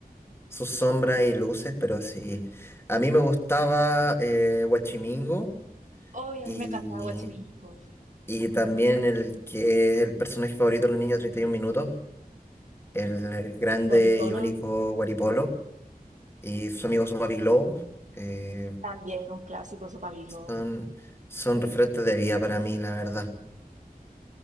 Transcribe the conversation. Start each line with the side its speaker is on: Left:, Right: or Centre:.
Left: sus sombras y luces, pero sí. A mí me gustaba eh, Huachimingo.
Right: Hoy a
Left: y
Right: mí me encantaba Guachimigo.
Left: Y también el que es el personaje favorito de los niños de 31 minutos, el, el grande
Right: Guaripolo,
Left: y único Guaripolo, y su amigo su papi Globo, eh,
Right: también un clásico, Sopa Globo.
Left: son, son referentes de vida para mí, la verdad.